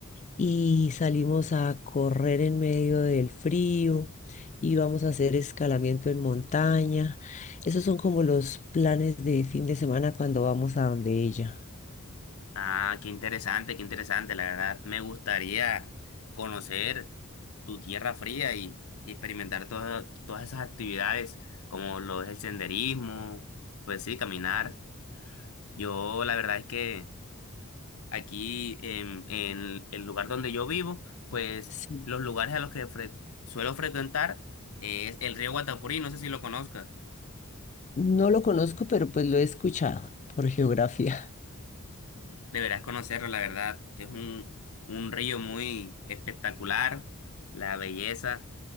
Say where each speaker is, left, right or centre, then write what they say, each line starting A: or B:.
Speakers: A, on the left (about 35°); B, on the left (about 75°).
A: y salimos a correr en medio del frío y vamos a hacer escalamiento en montaña. Esos son como los planes de fin de semana cuando vamos a donde ella.
B: Ah, qué interesante, qué interesante, la verdad. Me gustaría conocer tu tierra fría y, y experimentar todo- todas esas actividades, como lo es el senderismo, pues sí, caminar. Yo la verdad es que aquí en, en el lugar donde yo vivo, pues
A: Sí.
B: los lugares a los que fre- suelo frecuentar es el río Guatapurí, no sé si lo conozcas.
A: No lo conozco, pero pues lo he escuchado por geografía.
B: Deberás conocerlo, la verdad. Es un, un río muy espectacular, la belleza.